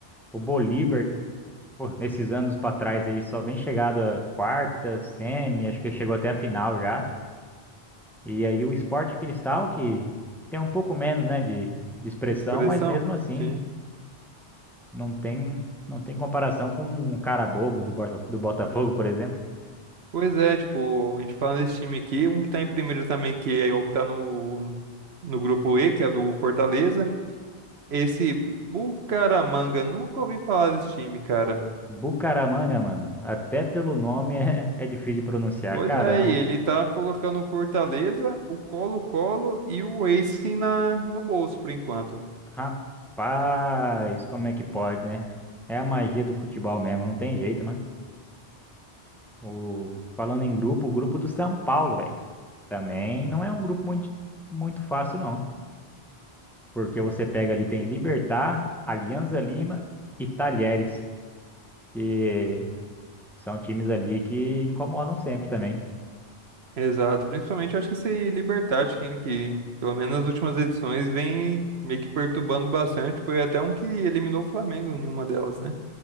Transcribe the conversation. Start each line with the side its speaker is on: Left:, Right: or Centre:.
Centre: O Bolívar, que Pô, nesses anos pra trás aí, só vem chegado a quarta, semi, acho que chegou até a final já. E aí o Sport Cristal, que tem um pouco menos, né, de, de expressão,
Right: Expressão?
Centre: mas mesmo assim,
Right: Sim.
Centre: não tem, não tem comparação com um cara bobo do, Bota- do Botafogo, por exemplo.
Right: Pois é, tipo, a gente falando desse time aqui, um que tá em primeiro também, que é o que tá no, no grupo E, que é do Fortaleza. Esse Bucaramanga, nunca ouvi falar desse time, cara.
Centre: Bucaramanga, mano, até pelo nome <laughs> é, é difícil de pronunciar.
Right: Pois
Centre: Caramba,
Right: é, e ele tá colocando o Fortaleza, o Colo-Colo e o Racing na, no bolso, por enquanto.
Centre: rapaz, como é que pode, né? É a magia do futebol mesmo, não tem jeito, mano. O, falando em grupo, o grupo do São Paulo, velho. Também não é um grupo muito, muito fácil, não. Porque você pega ali, tem Libertad, Alianza Lima e Talheres, que são times ali que incomodam sempre também.
Right: Exato, principalmente eu acho que esse Libertad, que, que pelo menos nas últimas edições vem meio que perturbando bastante. Foi até um que eliminou o Flamengo em uma delas, né?